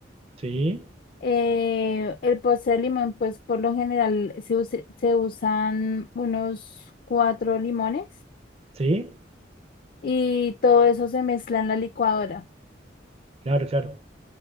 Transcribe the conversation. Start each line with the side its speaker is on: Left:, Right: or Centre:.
Right: sí,
Left: Eh, el postre de limón, pues por lo general se, use- se usan unos cuatro limones
Right: sí,
Left: y todo eso se mezcla en la licuadora.
Right: claro, claro.